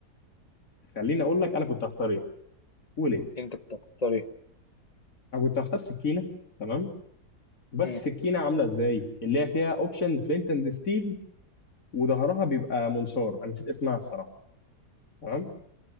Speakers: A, on the left (about 55°); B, on the left (about 30°).
A: خليني اقول لك انا كنت هختار ايه وليه
B: انت بتختار ايه
A: انا كنت هختار سكينه تمام بس
B: مم.
A: السكينه عامله ازاي اللي هي فيها اوبشن فلينت اند ستيل وظهرها بيبقى منشار انا نسيت اسمها الصراحه تمام